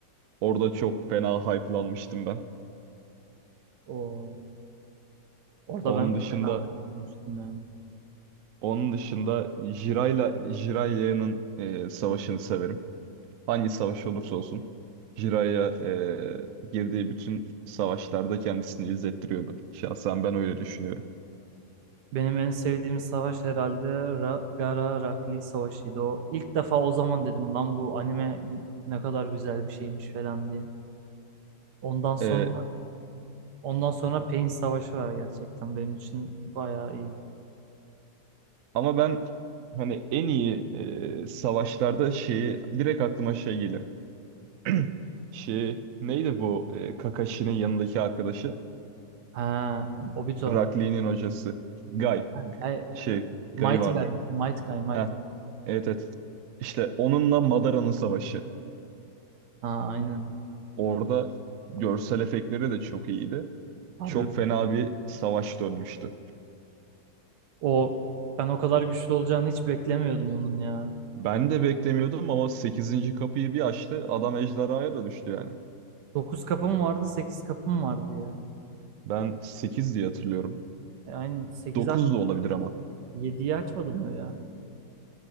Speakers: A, on the right (about 85°); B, on the right (about 65°).
A: Orada çok fena hype'lanmıştım ben.
B: O. Orada
A: Onun
B: ben de
A: dışında
B: fena olmuştum ya.
A: onun dışında Jiraiya Jiraiya'nın e, savaşını severim. hangi savaş olursa olsun Jiraiya e, girdiği bütün savaşlarda kendisini izlettiriyordu. Şahsen ben öyle düşünüyorum.
B: Benim en sevdiğim savaş herhalde Ra Gaara Rakli Savaşı'ydı. O ilk defa o zaman dedim lan bu anime ne kadar güzel bir şeymiş falan diye. Ondan sonra
A: E,
B: ondan sonra Pain Savaşı var gerçekten benim için bayağı iyi.
A: ama ben hani en iyi e, savaşlarda şeyi direkt aklıma şey gelir. <clears throat> Şey neydi bu e, Kakashi'nin yanındaki arkadaşı?
B: Ha, Obito.
A: Rakli'nin hocası. Guy.
B: Ha,
A: G-
B: e,
A: Şey Guy
B: Mighty
A: vardı.
B: Guy, Mighty Guy, Mighty.
A: Ha evet evet. İşte onunla Madara'nın savaşı.
B: Ha aynen.
A: Orada görsel efektleri de çok iyiydi.
B: Harbi
A: Çok fena bir savaş dönmüştü.
B: o ben o kadar güçlü olacağını hiç beklemiyordum onun ya.
A: Ben de beklemiyordum ama sekizinci kapıyı bir açtı adam ejderhaya dönüştü yani.
B: dokuz kapım vardı, 8 kapım vardı ya.
A: Ben 8 diye hatırlıyorum.
B: E, aynen 8
A: 9
B: aç.
A: da olabilir ama.
B: 7'yi açmadı mı o ya?